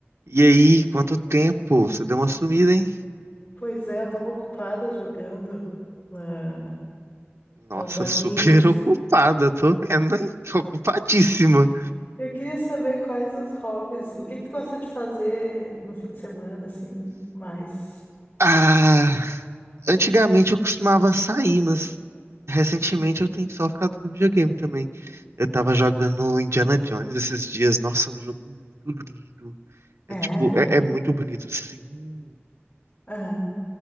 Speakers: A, on the right; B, on the left.
A: E aí, quanto tempo? Você deu uma sumida, hein?
B: Pois é, eu tava ocupada jogando ah,
A: Nossa,
B: meus joguinhos.
A: <laughs> super ocupada, tô vendo, hein? Tô Ocupadíssima.
B: Eu queria saber quais os hobbies, o que que tu gosta de fazer no fim de semana, assim, mais?
A: Ah, antigamente eu costumava sair, mas recentemente eu tenho só ficado no videogame também. Eu tava jogando Indiana Jones esses dias. Nossa, é um jogo muito lindo. É
B: É,
A: tipo, é, é muito bonito, sim.
B: aham.